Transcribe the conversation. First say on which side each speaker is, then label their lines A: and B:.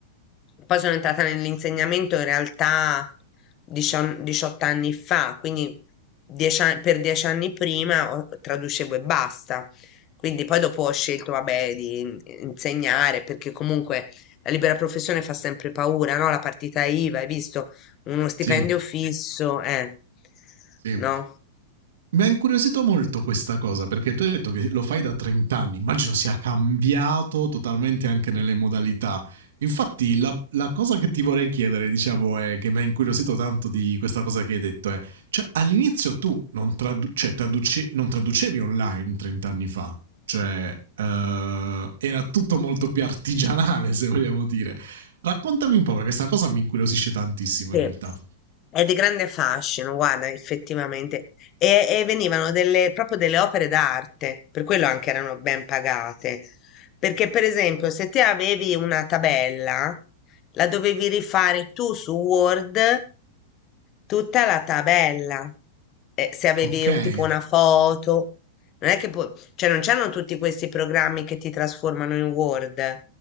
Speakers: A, on the left; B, on the right.
A: poi sono entrata nell'insegnamento in realtà dicion- 18 anni fa, quindi dieci an- per dieci anni prima ho- traducevo e basta. Quindi poi dopo ho scelto, vabbè, di in- insegnare perché comunque la libera professione fa sempre paura, no? La partita IVA, hai visto? Uno stipendio
B: Sì,
A: fisso, eh,
B: sì.
A: no?
B: Mi ha incuriosito molto questa cosa, perché tu hai detto che lo fai da 30 anni, immagino sia cambiato totalmente anche nelle modalità. Infatti la la cosa che ti vorrei chiedere, diciamo, è che mi ha incuriosito tanto di questa cosa che hai detto è, cioè all'inizio tu non tradu cioè traduce non traducevi online 30 anni fa, cioè, ehm, era tutto molto più artigianale <laughs> se vogliamo dire. Raccontami un po', perché 'sta cosa mi incuriosisce tantissimo
A: Sì,
B: in realtà.
A: è di grande fascino, guarda, effettivamente. E, e venivano delle, proprio delle opere d'arte, per quello anche erano ben pagate. Perché, per esempio, se te avevi una tabella, la dovevi rifare tu su Word, tutta la tabella. Eh, se avevi
B: Okay,
A: un- tipo una foto, non è che poi, cioè non c'erano tutti questi programmi che ti trasformano in Word.